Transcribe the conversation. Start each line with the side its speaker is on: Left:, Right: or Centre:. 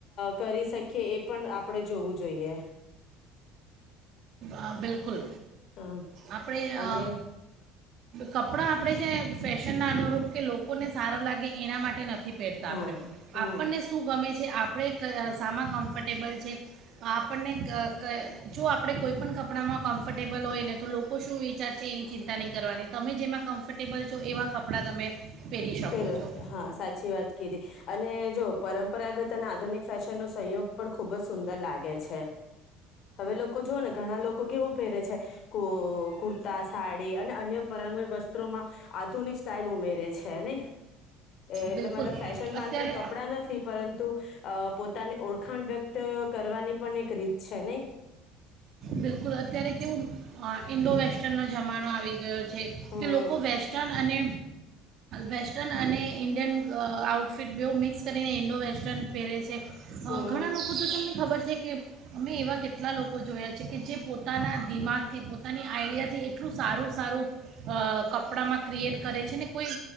Left: કરી શકીએ એ પણ આપણે જોવું જોઈએ.
Right: હ બિલકુલ.
Left: હા
Right: આપણે
Left: અને
Right: અ કપડાં આપણે છે ફેશનના અનુરૂપ કે લોકોને સારા લાગે એના માટે નથી પહેરતા
Left: હા
Right: આપણે
Left: હમ
Right: આપણને શું ગમે છે આપણે ક સામાં કમ્ફર્ટેબલ છે. આપણને જો આપણે કોઈપણ કપડાંમાં કમ્ફર્ટેબલ હોય ને તો લોકો શું વિચારશે એની ચિંતા નહીં કરવાની તમે જેમાં કમ્ફર્ટેબલ છો એવા કપડાં તમે પહેરી શકો
Left: પહેરવા
Right: છો
Left: જો હા સાચી વાત ક હતી અને જો પરંપરાગત અને આધુનિક ફેશન નો સંયોગ પણ ખુબ જ સુંદર લાગે છે. હવે લોકો જોઓ ને ઘણા લોકો કેવું પ છે કુર ત સાડી અને અન્ય પરપ વસ્ત્રોમાં આધુનિક સ્ટાઈઇલ ઉમેરે છે. છે નહી. એટલે
Right: બિલકુલ
Left: મતલબ ફેશન માત્ર
Right: અત્યારે
Left: કપડાં નથી પરંતુ. અ પોતાની ઓળખાણ વ્યક્ત કરવાની પણ એક રીત છે નહી.
Right: બિલકુલ અત્યારે કેવું ઇન્ડો વેસ્ટર્ન. જમાનો આવી ગયો છે
Left: હમ
Right: કે લોકો વેસ્ટર્ન અને. વેસ્ટર્ન અને ઈન્ડિયન આઉટફિટ બહુ મિક્સ કરીને ઈન્ડો વેસ્ટર્ન પહેરે છે.
Left: હમ
Right: અ ઘણા લોકો જો તમને. ખબર છે કે અમે એવા કેટલા લોકો જોયા. કે જે પોતાના દિમાગથી પોતાની આઈડિયાથી એટલું સારું સારું કપડામાં ક્રિએટ કરે છે ને. કોઈ